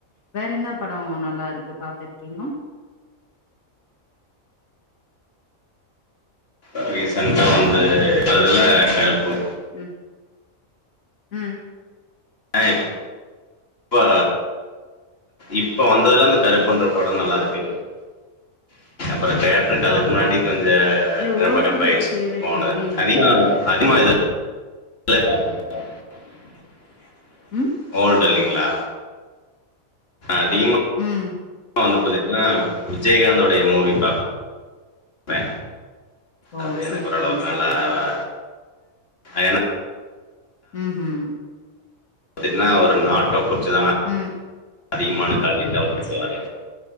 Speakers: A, on the left (about 80°); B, on the left (about 45°).
A: வேற என்ன படோ நல்லா இருக்கு பாத்துரு தினோ
B: சாரிஸ் சண்ட
A: ஹலோ
B: வந்து அதுல கருப்பு
A: ம் ம்
B: அ இப்ப இப்ப வந்ததுலா அந்த கருப்பு இன்ற படோ நல்லா இருக்கு ப்பறோ தியேடருக்கு அதுக்கு
A: ஆமா
B: முன்னாடி கொஞ்ச
A: இல்ல ஓல்டு
B: ரொம்ப டஃபாயிசு
A: கூட எது ஃபேவரெட்
B: போனது
A: மூவின்ட்டு
B: அதிகம்
A: கேட்டே
B: அதிகமாக இத <unintelligible>
A: ம்
B: ஓல்டு இல்லைங்களா அதிக
A: ம்
B: மா வந்து பாத்தீங்னா விஜயகாந்துடைய மூவி பாப் பே
A: ஓ
B: அது எனக்கு
A: சூப்பருங்க
B: ஓரளவுக்கு
A: சூப்பர்
B: நல்லா இதுவா ஆ ஏன்னா
A: ம் ஹும்
B: தீங்கனா ஒரு நாட்ட புச் சுதாங்க
A: ம்
B: அதிகமான காரியத்த அவரு போய் செய்வாரு